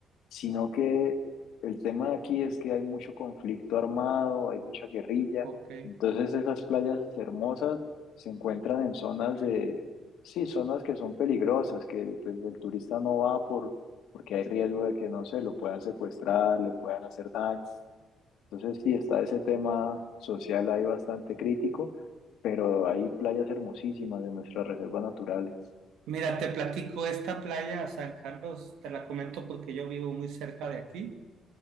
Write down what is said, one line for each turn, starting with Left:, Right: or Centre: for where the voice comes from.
Left: sino que el tema de aquí es que hay mucho conflicto armado, hay mucha guerrilla.
Right: Ok.
Left: Entonces esas playas hermosas se encuentran en zonas de Sí, zonas que son peligrosas, que pues, el turista no va por, porque hay riesgo de que, no sé, lo puedan secuestrar, le puedan hacer daño. Entonces, sí, está ese tema social ahí bastante crítico, pero hay playas hermosísimas de nuestras reservas naturales.
Right: Mira, te platico esta playa, San Carlos, te la comento porque yo vivo muy cerca de aquí.